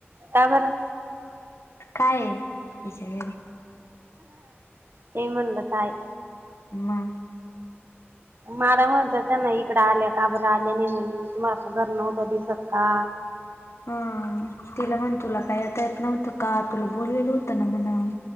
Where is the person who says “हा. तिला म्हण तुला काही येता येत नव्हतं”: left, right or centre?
Left